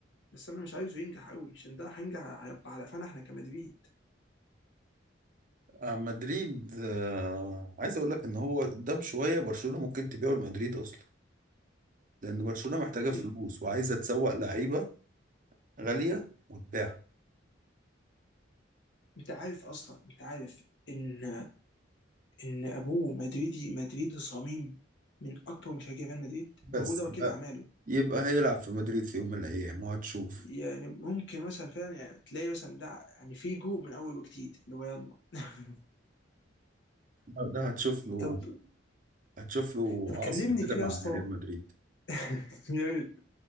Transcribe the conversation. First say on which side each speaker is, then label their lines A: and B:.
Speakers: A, on the left; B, on the right.
A: بس انا مش عايزه ينجح قوي عشان ده هينجح هيبقى على قفانا احنا كمدريد
B: آه، مدريد آه عايز اقول لك ان هو قدام شويه برشلونه ممكن تبيعه لمدريد اصلا لان برشلونه محتاجه فلوس
A: إن-
B: وعايزه تسوق لعيبه غالية وتباع
A: انت عارف اصلا انت عارف ان ان ابوه مدريدي مدريدي صميم من اكبر مشجعي ريال مدريد
B: بس
A: وابوه ده وكيل
B: يبقى
A: اعماله
B: يبقى هيلعب في مدريد في يوم من الأيام وهتشوف
A: يعني ممكن مثلا فعلا يعني تلاقي مثلا ده يعني فيجو من اول وجديد اللي هو يلا <laughs>
B: ده ده هتشوف له
A: طب
B: هتشوف له
A: طب كلمني
B: عصر كده
A: كده
B: مع
A: يا اسطى
B: ريال مدريد
A: <laughs> يا ريت